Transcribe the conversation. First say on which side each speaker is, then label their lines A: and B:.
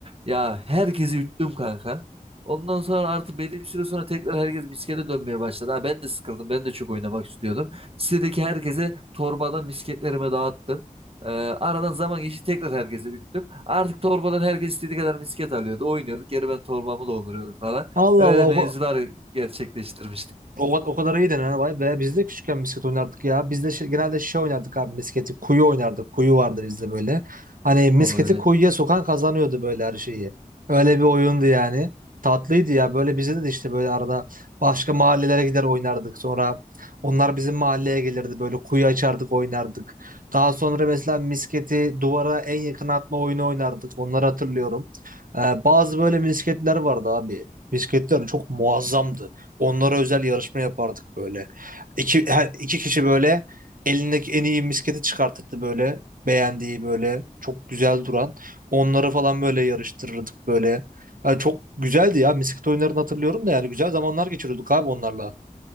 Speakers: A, on the right; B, on the right.
A: Ya herkesi üttüm kanka. Ondan sonra artık belli bir süre sonra tekrar herkes miskete dönmeye başladı. Ha, ben de sıkıldım. Ben de çok oynamak istiyordum. Sitedeki herkese torbadan misketlerimi dağıttım. Ee, aradan zaman geçti tekrar herkese üttüm. Artık torbadan herkes istediği kadar misket alıyordu. Oynuyorduk. Geri ben torbamı dolduruyordum falan.
B: Allah
A: Öyle
B: Allah
A: mevzular gerçekleştirmiştik.
B: O, o kadar iyi denen vay be. Biz de küçükken misket oynardık ya. Biz de şey- genelde şey oynardık abi misketi. Kuyu oynardık. Kuyu vardı bizde böyle. Hani
A: O
B: misketi kuyuya sokan kazanıyordu böyle her şeyi. Öyle bir oyundu yani. Tatlıydı ya. Böyle bize de işte böyle arada başka mahallelere gider oynardık. Sonra onlar bizim mahalleye gelirdi. Böyle kuyu açardık oynardık. Daha sonra mesela misketi duvara en yakın atma oyunu oynardık. Onları hatırlıyorum. Ee, bazı böyle misketler vardı abi. Misketler çok muazzamdı. Onlara özel yarışma yapardık böyle. İki, her, iki kişi böyle elindeki en iyi misketi çıkartırdı böyle. Beğendiği böyle çok güzel duran. Onları falan böyle yarıştırırdık böyle. Yani çok güzeldi ya. Misket oyunlarını hatırlıyorum da yani güzel zamanlar geçiriyorduk abi onlarla.